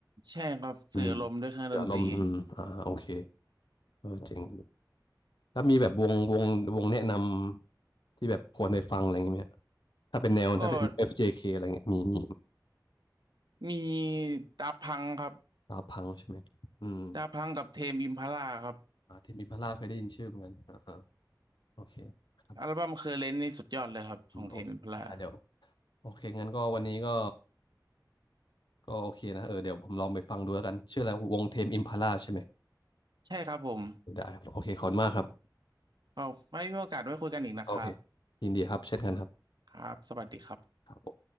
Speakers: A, on the right (about 70°); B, on the left (about 90°).
A: ใช่ครับสื่ออารมณ์ด้วยเครื่องดนตรี
B: อืมเสือลมอืมอ่าโอเคเออเจ๋งดีแล้วมีแบบวงวงวงแนะนำที่แบบควรไปฟังอะไรอย่างเงี้ยไหมฮะถ้าเป็นแนวถ้าเป็น
A: ก็
B: FJK อฟเจเคอะไรเงี้ยมีมี
A: มีดาพังครับ
B: ดาวพังใช่ไหม อืม
A: ดาพังกับเทมอิมพาลาครับ
B: อ่าเทมิพัลล่าเคยได้ยินชื่อเหมือนกันอ่าอ่าโอเคครับ
A: อัลบั้มเคอร์เรนนี่สุดยอดเลยครับของเทมอิมพาลา
B: อืมโอเคอ่าเดี๋ยวโอเคงั้นก็วันนี้ก็ก็โอเคนะเออเดี๋ยวผมลองไปฟังดูแล้วกันชื่ออะไรวงเทมอิมพาล่าใช่ไหม
A: ใช่ครับผม
B: ได้ครับโอเคขอบคุณมากครับ
A: ก็ไว้มีโอกาสไว้คุยกันอีกนะครับ
B: โอเคยินดีครับ เช่นกันครั
A: ครับสวัสดีครับ
B: บ